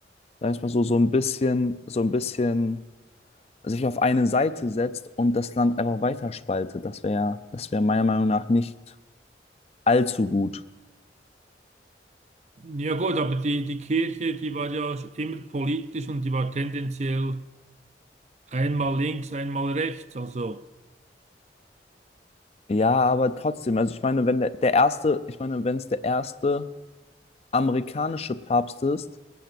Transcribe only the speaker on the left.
sag ich mal so, so ein bisschen, so ein bisschen sich auf eine Seite setzt und das Land einfach weiterspaltet. Das wäre, das wäre meiner Meinung nach nicht allzu gut.
Ja, aber trotzdem, also ich meine, wenn der, der erste, ich meine, wenn es der erste amerikanische Papst ist,